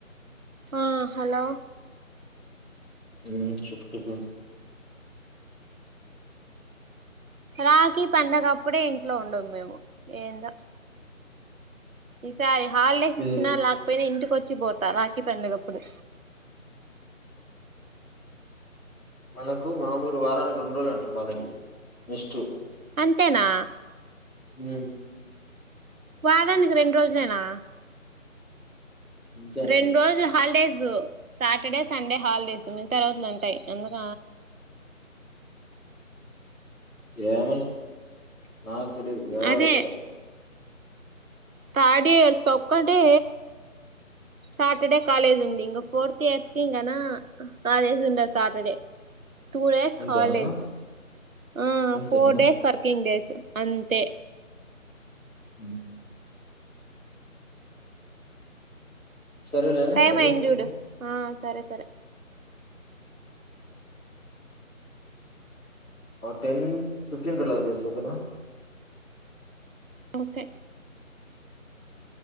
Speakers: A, on the right (about 70°); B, on the left (about 80°).
A: ఆ హలో
B: హు చెప్పు చెప్పు
A: రాఖీ పండగ అప్పుడే ఇంట్లో ఉండము మేము ఎందో ఈసారి హాలిడేస్ ఇచ్చిన
B: ఎవరు?
A: లేకపోయినా ఇంటి వచ్చిపోతా రాఖీ పండగప్పుడు
B: మనకు మామూలుగ వారానికి రెండు రోజులు అంట కకాలేజ్ నెస్ట్
A: అంతేనా
B: హు
A: వారానికి రెండు రోజులేనా
B: అంతే అంట.
A: రెండు రోజులు హాలిడే సాటర్డే సండే హాలిడేస్ మిగిత రోజులు వుంటాయి ఎందుక
B: <unintelligible>
A: అదే థర్డ్ ఇయర్స్ కొక్కటే సాటర్డే కాలేజ్ ఉంది ఇంగ ఫోర్త్ ఇయర్స్కి గన కాలేజ్ ఉండదు సాటర్డే టూ డేస్
B: అంతేనా?
A: హాలిడేస్ ఆ
B: అంతేనా?
A: ఫోర్ డేస్ వర్కింగ్ డేస్ అంతే
B: <unintelligible> సరేలే
A: టైమ్
B: కట్
A: అయ్యింది
B: చేస్తున్నా.
A: చూడు ఆ సరే సరే
B: టెన్ ఫిఫ్టీన్ కట్ చేస్త ఓకేన
A: ఓకే